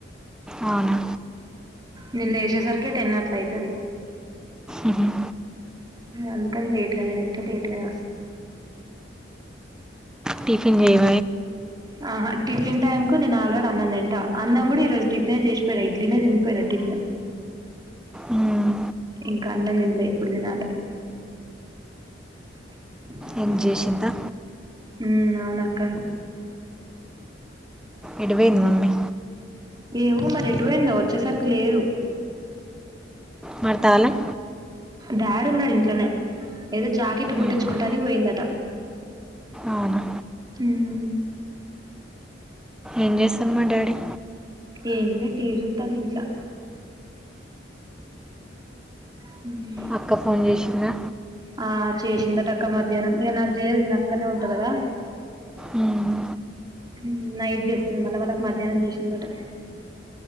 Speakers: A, in the centre; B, on the right (about 20°).
A: అవునా
B: నేను లేసేసరికి టెన్ అట్లా ఐతది.
A: మ్మ్.
B: అందుకని లేట్గానే తింటా లేట్గానే వస్తా
A: టిఫిన్ చేయవ్
B: ఆహా టిఫిన్ టైమ్ కు నేను ఆల్రెడీ అన్నం తింటా అన్నం కూడా ఈ రోజు టిఫిన్ చేసిపోయినా ఇడ్లీనే తినిపోయినా టిఫిన్
A: మ్మ్.
B: ఇంకా అన్నం తినలే ఇప్పుడు తినాలే <inaudible>
A: ఏం చేసిందా
B: ఉమ్ అవునక్క
A: ఎటు పోంది మమ్మి
B: ఏమో మరి ఎటుపోయిందో వచ్చేసరికి లేదు.
A: మరి తాళం
B: డాడీ ఉన్నాడు ఇంట్లోనే ఏదో జాకిట్ కుట్టించుకుంటాని
A: మ్మ్.
B: పోయిందట
A: అవునా
B: మ్మ్
A: ఏం జేస్సున్నాడు డాడీ
B: ఏం లే టివి జూత్తాండు ఇంట్లొ హ్మ్
A: అక్క ఫోన్ చేసిందా
B: ఆ చేసిందట అక్క మధ్యాహ్నం ఇగ నాకు జేయదు నేను అక్కన్నే ఉంటా కదా
A: మ్మ్.
B: మ్మ్ నైట్ చేస్తది. మళ్ళా వాళ్ళకి మధ్యాహ్నం జేసిందట.